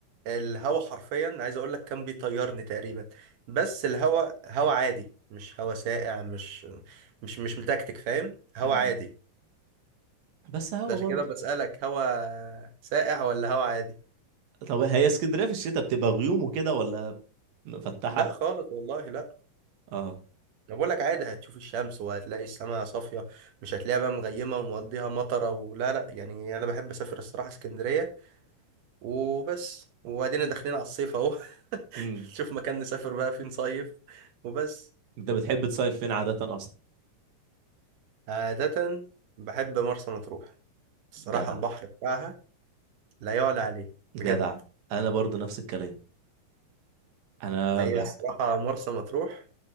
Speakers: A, on the right (about 70°); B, on the right (about 90°).
A: الهوا حرفيا عايز اقول لك كان بيطيرني تقريبا بس الهوا هوا عادي مش هوا ساقع مش مش مش متكتك فاهم هوا
B: مم.
A: عادي
B: بس هوا
A: ده عشان
B: برضه
A: كده بسألك هوا ساقع ولا هوا عادي
B: طب هي اسكندرية في الشتاء بتبقى غيوم وكده ولا مفتحة؟
A: لا خالص والله لا
B: اه
A: انا بقول لك عادي هتشوف الشمس وهتلاقي السماء صافية مش هتلاقيها بقى مغيمة ومقضيها مطرة ولا لا يعني انا بحب اسافر الصراحة اسكندرية وبس وبعدين داخلين على الصيف اهو <laughs>
B: امم
A: نشوف مكان نسافر بقى فين صيف وبس
B: انت بتحب تصيف فين عادة اصلا؟
A: عادة بحب مرسى مطروح الصراحة
B: جدع
A: البحر بتاعها لا يعلى عليه
B: جدع
A: بجد
B: انا برضو نفس الكلام انا
A: ما هي
B: بح...
A: الصراحة مرسى مطروح